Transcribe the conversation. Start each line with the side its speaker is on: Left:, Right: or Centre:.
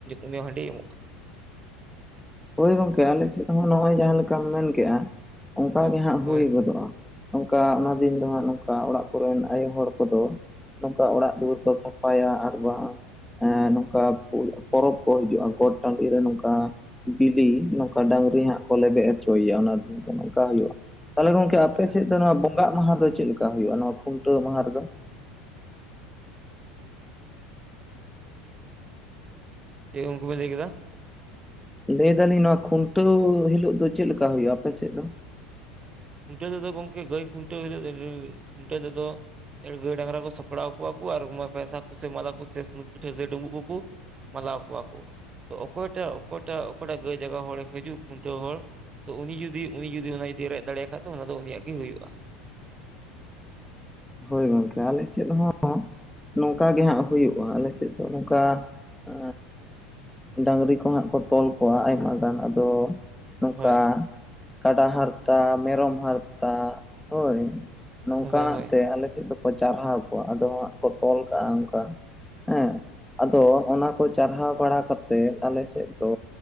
Right: ᱩᱱᱤ ᱦᱟᱺᱰᱤ ᱮᱢᱚᱜ-ᱟ᱾
Centre: ᱦᱳᱭ ᱜᱚᱝᱠᱮ ᱟᱞᱮ ᱥᱮᱫ ᱦᱚᱸ ᱱᱚᱜ-ᱚᱭ ᱡᱟᱦᱟᱸ ᱞᱮᱠᱟᱢ ᱢᱮᱱ ᱠᱮᱜ-ᱟ, ᱚᱱᱠᱟ ᱜᱮ ᱦᱟᱸᱜ
Right: ᱦᱳᱭ
Centre: ᱦᱩᱭ ᱜᱚᱫᱚᱜ-ᱟ᱾ ᱱᱚᱝᱠᱟ ᱚᱱᱟ ᱫᱤᱱ ᱫᱚ ᱦᱟᱸᱜ ᱱᱚᱝᱠᱟ ᱚᱲᱟᱜ ᱠᱚᱨᱮᱱ ᱟᱭᱳ ᱦᱚᱲ ᱠᱚᱫᱚ ᱱᱚᱝᱠᱟ ᱚᱲᱟᱜ ᱫᱩᱣᱟᱹᱨ ᱠᱚ ᱥᱟᱯᱷᱟᱭᱟ ᱟᱨ ᱵᱟᱝ ᱮ ᱱᱚᱝᱠᱟ ᱯᱚᱨᱚᱵᱽ ᱠᱚ ᱦᱤᱡᱩᱜ-ᱟ ᱜᱚᱴ ᱴᱟᱺᱰᱤ ᱨᱮ ᱱᱚᱝᱠᱟ ᱵᱤᱞᱤ ᱱᱚᱝᱠᱟ ᱰᱟᱹᱝᱨᱤ ᱦᱟᱸᱜ ᱠᱚ ᱞᱮᱵᱮᱫ ᱦᱚᱪᱚᱭ ᱮᱭᱟ, ᱚᱱᱟ ᱫᱤᱱ ᱫᱚ ᱱᱚᱝᱠᱟ ᱦᱩᱭᱩᱜ-ᱟ᱾ ᱛᱟᱦᱚᱞᱮ ᱜᱚᱝ- ᱠᱮ ᱟᱯᱮ
Right: ᱦᱳᱭ
Centre: ᱥᱮᱫ ᱫᱚ ᱱᱚᱣᱟ ᱵᱚᱸᱜᱟᱜ ᱢᱟᱦᱟ ᱫᱚ ᱪᱮᱫ ᱞᱮᱠᱟ ᱦᱩᱭᱩᱜ-ᱟ ᱱᱚᱣᱟ ᱠᱷᱩᱱᱴᱟᱹᱣ ᱢᱟᱦᱟ ᱨᱮᱫᱚ?
Right: ᱪᱮᱫ ᱩᱱᱠᱩ ᱵᱮᱱ ᱞᱟᱹᱭ ᱠᱮᱫᱟ?
Centre: ᱞᱟᱹᱭ ᱫᱟᱞᱤᱧ ᱱᱚᱣᱟ ᱠᱷᱩᱱᱴᱟᱹᱣ ᱦᱤᱞᱳᱜ ᱫᱚ ᱪᱮᱫ ᱞᱮᱠᱟ ᱦᱩᱭᱩᱜ-ᱟ ᱟᱯᱮ ᱥᱮᱫ ᱫᱚ?
Right: ᱠᱷᱩᱱᱴᱟᱹᱣ ᱛᱮᱫᱚ ᱜᱚᱝᱠᱮ ᱜᱟᱹᱭ ᱠᱷᱩᱱᱴᱟᱹᱣ ᱦᱤᱞᱳᱜ ᱫᱚ ᱠᱷᱩᱱᱴᱟᱹᱣ ᱛᱮᱫᱚ ᱜᱟᱹᱭ ᱰᱟᱝᱨᱟ ᱠᱚ ᱥᱟᱯᱲᱟᱣ ᱠᱚᱣᱟ ᱠᱚ ᱟᱨ ᱯᱚᱭᱥᱟ ᱠᱚᱥᱮ ᱢᱟᱞᱟ ᱠᱚᱥᱮ ᱥᱩᱱ ᱯᱤᱴᱷᱟᱹ ᱥᱮ ᱰᱩᱸᱵᱩᱜ ᱠᱚᱠᱚ ᱢᱟᱞᱟᱣ ᱟᱠᱚᱣᱟ ᱟᱠᱚ ᱛᱚ ᱚᱠᱚᱭᱴᱟᱜ ᱚᱠᱚᱭᱴᱟᱜ ᱚᱠᱚᱭᱴᱟᱜ ᱜᱟᱹᱭ ᱡᱟᱭᱜᱟ ᱦᱚᱲᱮ ᱦᱤᱡᱩᱜ ᱠᱷᱩᱱᱴᱟᱹᱣ ᱦᱚᱲ ᱛᱚ ᱩᱱᱤ ᱡᱩᱫᱤ ᱩᱱᱤ ᱡᱩᱫᱤ ᱚᱱᱟ ᱡᱩᱫᱤᱭ ᱨᱮᱡ ᱫᱟᱲᱮᱭᱟᱜ ᱠᱷᱟᱡ ᱛᱚ ᱚᱱᱟ ᱫᱚ ᱩᱱᱤᱭᱟᱜ ᱜᱮ ᱦᱩᱭᱩᱜ-ᱟ ᱾
Centre: ᱦᱳᱭ ᱜᱚᱝᱠᱮ ᱟᱞᱮ ᱥᱮᱫ ᱦᱚᱸ ᱱᱚᱝᱠᱟ ᱜᱮ ᱦᱟᱸᱜ ᱦᱩᱭᱩᱜ-ᱟ ᱟᱞᱮ ᱥᱮᱫ ᱫᱚ ᱱᱚᱝᱠᱟ ᱮ ᱰᱟᱝᱨᱤ ᱠᱚ ᱦᱟᱸᱜ ᱠᱚ ᱛᱚᱞ ᱠᱚᱣᱟ ᱟᱭᱢᱟ ᱜᱟᱱ ᱟᱫᱚ ᱱᱚᱝᱠᱟ
Right: ᱦᱳᱭ
Centre: ᱠᱟᱰᱟ ᱦᱟᱨᱛᱟ ᱢᱮᱨᱚᱢ ᱦᱟᱨᱛᱟ ᱦᱳᱭ ᱾ ᱱᱚᱝᱠᱟ
Right: ᱦᱳᱭ ᱦᱳᱭ
Centre: ᱱᱟᱜ ᱛᱮ ᱟᱞᱮ ᱥᱮᱫ ᱫᱚᱠᱚ ᱪᱟᱨᱦᱟᱣ ᱠᱚᱣᱟ ᱟᱫᱚ ᱦᱟᱸᱜ ᱠᱚ ᱛᱚᱞ ᱠᱟᱜ-ᱟ ᱚᱱᱠᱟ ᱦᱮᱸ ᱾ ᱟᱫᱚ ᱚᱱᱟ ᱠᱚ ᱪᱟᱨᱦᱟᱣ ᱵᱟᱲᱟ ᱠᱟᱛᱮᱫ ᱟᱞᱮ ᱥᱮᱫ ᱫᱚ